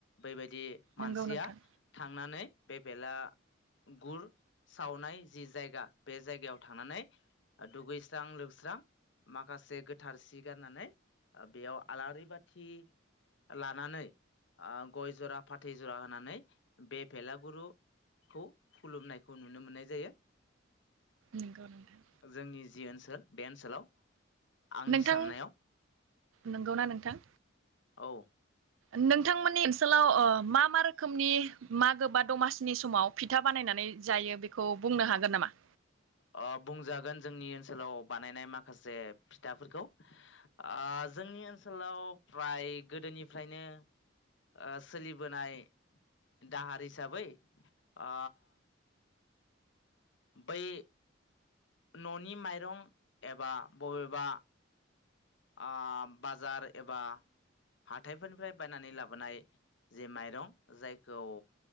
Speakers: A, on the left (about 65°); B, on the right (about 80°).
A: बेबाय दि मानसिया
B: नंगौ नोंथां
A: थांनानै बे बेलागुर सावनाय जि जायगा बे जायगायाव थांनानै दुगैस्रां लोबस्रां माखासे गोथार सि गानानै बेयाव आलारि बाथि लानानै आ गय जरा फाथै जरा होनानै बे बेेलागुरु खौ खुलुमनायखौ नुनो मोननाय जायो
B: नंगौ नोंथां।
A: जोंनि जि ओनसोल बे ओनसोलाव आंनि
B: नोंथां
A: साननायाव
B: नंगौना नोंथां?
A: औ
B: नोंथांमोननि ओनसोलाव ओ मा मा रोखोमनि मागो बा दमासिनि समाव फिथा बानायनानै जायो बेखौ बुंनो हागोन नामा?
A: ओ बुंजागोन जोंनि ओनसोलाव बानायनाय माखासे फिथाफोरखौ अ जोंनि ओनसोलाव फ्राय गोदोनिफ्रायनो ओ सोलिबोनाय दाहार हिसाबै अ बै न'नि माइरं एबा बबेबा अ बाजार एबा हाथायफोरनिफ्राय बायनानै लाबोनाय जे माइरं जायखौ